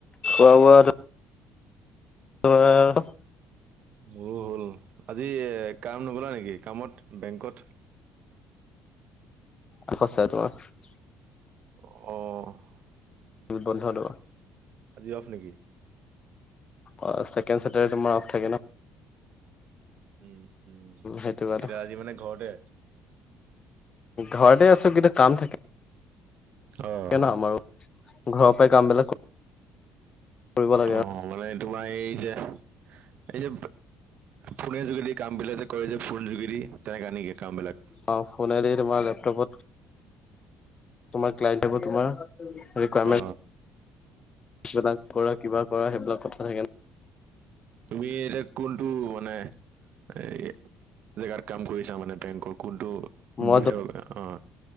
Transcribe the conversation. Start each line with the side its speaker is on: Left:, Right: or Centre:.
Left: খোৱা-বোৱাটো <unintelligible> অ <inaudible>
Right: মোৰো হ'ল। আজি এ কাম নগ'লা নেকি কামত, বেংকত? <inaudible>
Left: <unintelligible> <inaudible>
Right: অ! <unintelligible>
Left: <unintelligible>
Right: আজি অফ নেকি?
Left: অ, ছেকেণ্ড চেটাৰডে তোমাৰ অফ থাকে ন।
Right: উম উম,
Left: সেইটো কাৰণে
Right: এতিয়া আজি মানে ঘৰতে।
Left: ঘৰতে আছো কিন্তু কাম থা
Right: অ',
Left: কে ন আমাৰো, ঘৰৰ পৰাই কামবিলাক কৰিব লাগে
Right: অঁ,
Left: অঁ।
Right: মানে তোমাৰ এইযে, এই যে ফোনে যোগেদি কামবিলাক যে কৰে যে ফোন যোগেদি, তেনেকা নেকি কামবিলাক?
Left: অঁ, ফোনেৰে তোমাৰ লেপটপত, তোমাৰ ক্লাইণ্ট অহিব তোমাৰ। ৰিকুৱাৰমেন্ট
Right: অ।
Left: বিলাক কৰা, কিবা কৰা সেইবিলাক কথা থাকে ন।
Right: তুমি এতিয়া কোনটো মানে, এই জেগাত কাম কৰিছা মানে বেংকৰ কোনটো
Left: মই
Right: বিভাগত, অঁ।